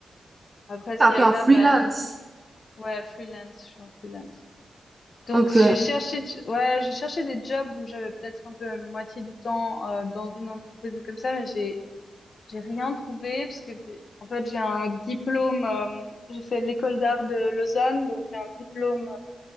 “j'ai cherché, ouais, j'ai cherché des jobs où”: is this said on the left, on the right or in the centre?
Left